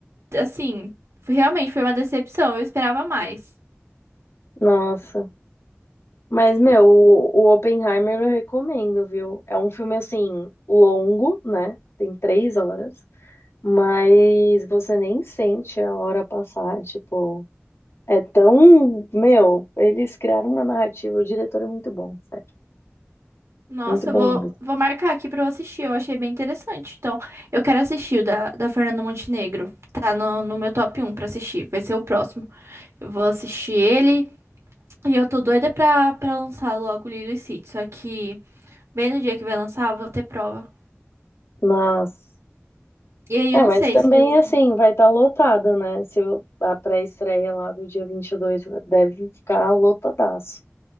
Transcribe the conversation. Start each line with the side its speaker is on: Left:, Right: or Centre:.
Right: assim, foi- realmente foi uma decepção. Eu esperava mais.
Left: Nossa. Mas, meu,
Right: E,
Left: o, o Oppenheimer eu recomendo, viu? É um filme, assim, longo, né? Tem três horas. Mas você nem sente a hora passar, tipo... É tão... Meu, eles criaram uma narrativa. O diretor é muito bom, sério.
Right: nossa,
Left: Muito bom
Right: eu vou,
Left: mesmo.
Right: vou marcar aqui pra eu assistir. Eu achei bem interessante. Então, eu quero assistir o da, da Fernanda Montenegro. Tá no, no meu top um pra assistir. Vai ser o próximo. Eu vou assistir ele. E eu tô doida pra, pra lançar logo Lilo e Stitch, só que bem no dia que vai lançar, eu vou ter prova.
Left: Nossa.
Right: E aí
Left: É,
Right: eu não
Left: mas
Right: sei
Left: também,
Right: se eu...
Left: assim, vai estar lotado, né? Se o- a pré-estreia lá do dia 22 deve ficar lotadaço.